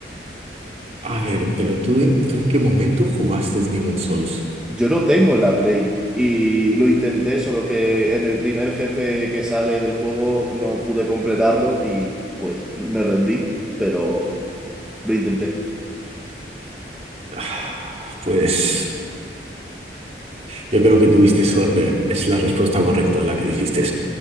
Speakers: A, on the right; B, in the centre.
A: A ver, pero tú, ¿tú en qué momento jugaste Demon Souls?
B: Yo lo tengo en la Play y lo intenté, solo que en el primer jefe que sale del juego no pude completarlo y pues me rendí, pero lo intenté.
A: <sighs> Ah, Pues yo creo que tuviste suerte. Es la respuesta correcta a la que dijiste.